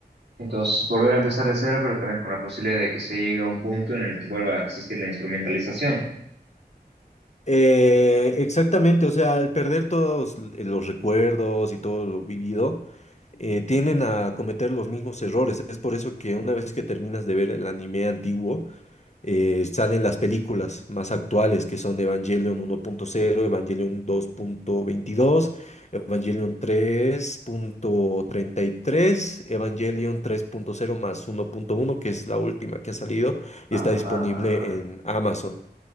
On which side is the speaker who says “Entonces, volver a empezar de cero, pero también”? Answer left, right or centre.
Right